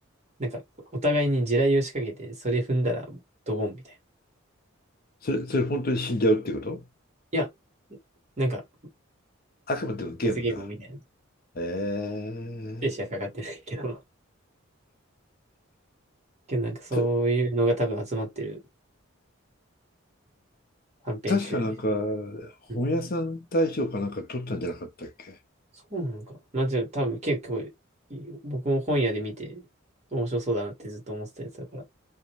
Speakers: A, on the right; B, on the left.
A: なんか、お互いに地雷を仕掛けて、それ踏んだらドボンみたいな。
B: それ、それ本当に死んじゃうってこと
A: いや、なんか、
B: あくまでもゲームか。
A: 罰ゲームみたいな。
B: ええ
A: 精子はかかってないけど。けどなんかそういうのが多分集まってる
B: た、
A: 短編集みたい
B: 確かなんか、
A: な。
B: 本屋さん大賞かなんか取ったんじゃなかったっけ
A: うん。そうなのか。まあじゃあ多分結構いい、僕も本屋で見て面白そうだなってずっと思ってたやつだから、